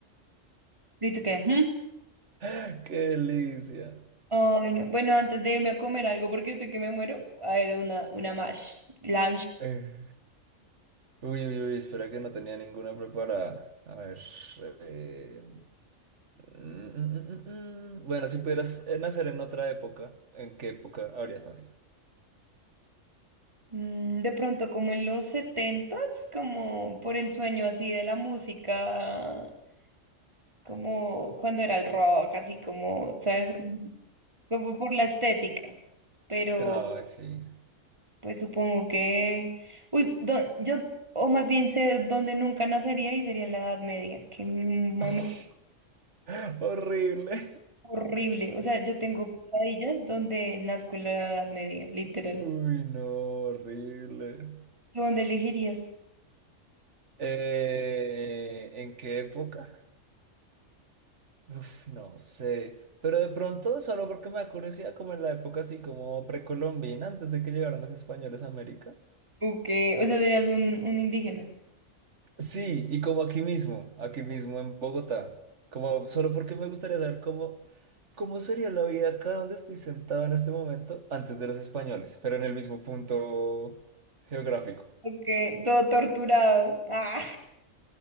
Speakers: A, on the right; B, on the right.
A: ¿Viste que? ¿Mm?
B: <laughs> Qué delicia.
A: <laughs> Ay, no. Bueno, antes de irme a comer algo, porque estoy que me muero, a ver, una, una mash, la
B: Eh, uy, uy, uy, espera que no tenía ninguna preparada. A ver. eh, mm, mm, mm, mm. mm. Bueno, si pudieras eh, nacer en otra época, ¿en qué época habrías nacido?
A: Mm, De pronto, como en los setentas, como por el sueño así de la música, como cuando era el rock, así como, ¿sabes? Ujú. Como por la estética. Pero,
B: Ay, sí.
A: pues supongo que... Uy, do- yo, o más bien sé dónde nunca nacería y sería en la Edad Media, que mami,
B: <laughs> Horrible.
A: horrible. O sea, yo tengo pesadillas donde nazco en la Edad Media, literal.
B: Uy, no, horrible.
A: ¿Tú dónde elegirías?
B: Eh, ¿en qué época? Uf, no sé. Pero de pronto, solo porque me da curiosidad, como en la época así como precolombina, antes de que llegaran los españoles a América.
A: ¿O qué? O sea, serías un, un indígena.
B: Sí, y como aquí mismo, aquí mismo en Bogotá, como solo porque me gustaría saber cómo, cómo sería la vida acá donde estoy sentado en este momento antes de los españoles, pero en el mismo punto geográfico. <laughs>
A: Ok, todo torturado. Ah,